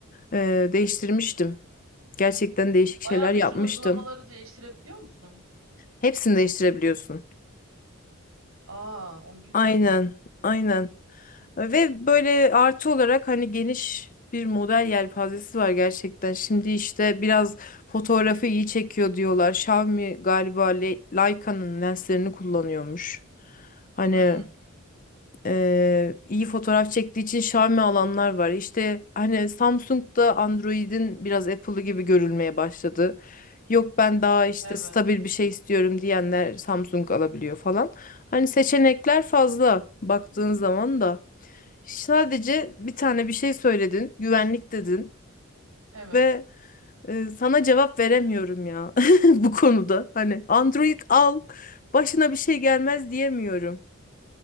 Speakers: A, on the left; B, on the right.
A: Ee, değiştirmiştim. Gerçekten değişik şeyler
B: Baya bütün
A: yapmıştım.
B: uygulamaları değiştirebiliyor musun?
A: Hepsini değiştirebiliyorsun.
B: Aa, onu bilmiyordum.
A: Aynen, aynen. Ve böyle artı olarak hani geniş bir model yelpazesi var gerçekten. Şimdi işte biraz fotoğrafı iyi çekiyor diyorlar. Xiaomi galiba Le- Leica'nın lenslerini kullanıyormuş. Hani
B: Hmm.
A: ee, iyi fotoğraf çektiği için Xiaomi alanlar var. İşte hani Samsung da Android'in biraz Apple'ı gibi görülmeye başladı. Yok ben daha işte
B: Evet.
A: stabil bir şey istiyorum diyenler Samsung alabiliyor falan. Hani seçenekler fazla baktığın zaman da. Sadece bir tane bir şey söyledin, güvenlik dedin
B: Evet.
A: ve e, sana cevap veremiyorum ya <laughs> bu konuda. Hani Android al, başına bir şey gelmez diyemiyorum.